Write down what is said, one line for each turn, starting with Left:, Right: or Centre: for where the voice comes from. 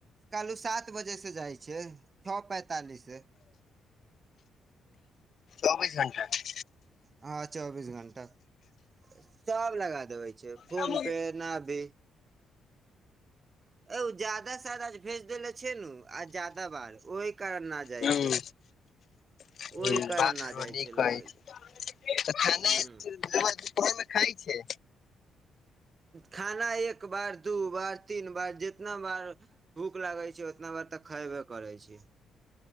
Right: कालू सात बजे से जाइ छै छौ पैंतालिस से
Left: चौबीस घंटा के
Right: हँ चौबीस घंटा सब लगा देबै छै फोन
Left: हुँ
Right: पे न भी <unintelligible> जादा से जादा भेज देेने छै नू आ जादा बार ओहि कारण न जाइ
Left: हुँ
Right: छै
Left: <unintelligible>
Right: ओहि कारण न जाइ छै लगै ह
Left: <unintelligible> खाइ छै
Right: खाना एक बार दू बार तीन बार जितना बार भूख लागे छै उतना बार तऽ खैबे करै छी।